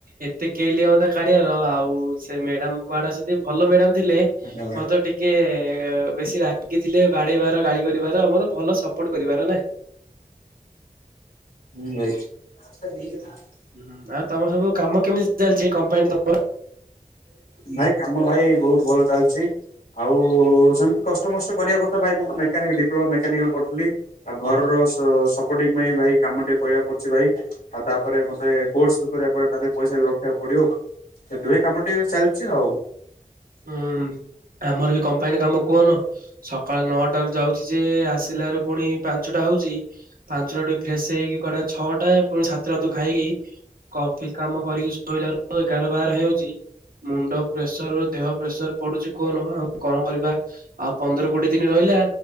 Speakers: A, on the right; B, on the left.
A: ଏତେ କେଲି ଆମ କାଢିଆର ଆଉ ସେ ମ୍ୟାଡାମ କୁଆଡେ ଅଛନ୍ତି ଭଲ ମ୍ୟାଡାାମ ଥିଲେ
B: ଆଜ୍ଞା ଭାଇ
A: ମତେ ଟିକେ ବେଶୀ ରାଗି ଥିଲେ ବାଡେଇବାର ଗାଳି କରିବାର ମୋ ଭଲ ସପୋର୍ଟ କରିବାର ନା।
B: ହୁଁ ଭାଇ। <inaudible>
A: ହୁଁଁ ଆଉ ତମଟ ସବୁ କାମ କେମିତି ଚାଲିଛି କମ୍ପାନୀରେ ତମର।
B: ଭାଇ କାମ ଭାଇ ବହୁତ ଭଲ ଚାଲିଛି। ଆଉ ସେମିତି କଷ୍ଟମଷ୍ଟେ କରିବା କଥା ଭାଇ ମୁଁ ତ ମେକାନିକ ଡିପ୍ଲୋମା ମେକାନିକ କରୁଥିଲି। ଆଉ ଘରର ସପୋର୍ଟି ପାଇଁ ଭାଇ କାମ ଟିକେ କରିବାକୁ ପଡୁଛି ଭାଇ। ଆଉ ତାପରେ ମତେ କୋର୍ସ ବି କରିବାକୁ ପଡିବ ତାପରେ ପଇସା ବି ରଖିବାକୁ ପଡିବ ସେଥିପାଇଁ କାମ ଟିକେ ଚାଲିଛି। ଚାଲିଚି ଆଉ।
A: ହୁଁ ଆମର ବି କମ୍ପାନୀ କାମ କୁହନ ସକାଳ ନଅଟାରୁ ଯାଉଛି ଯେ ଆସ ଆସିଲାରୁ ପୁଣି ପାଞ୍ଚଟା ହଉଛି ପାଞ୍ଚଟା ଟିକ ଫ୍ରେଶ ହେଇକି କୁଆଡେ ଛଅଟା ପୁଣି ସାତଟାଦୁ ଖାଇକି। ଅଫିସ କାମ କରିକି ଶୋଇଲାଲୁକୁ ଏଗାର ବାର ହେଉଛି ମୁଣ୍ଡ ପ୍ରେସର ଦେହ ପ୍ରେସର ପଡୁଛି କହନ ଆଉ କଣ କରିବା ଆଉ ପନ୍ଦର କୋଡିଏ ଦିନ ରହିଲା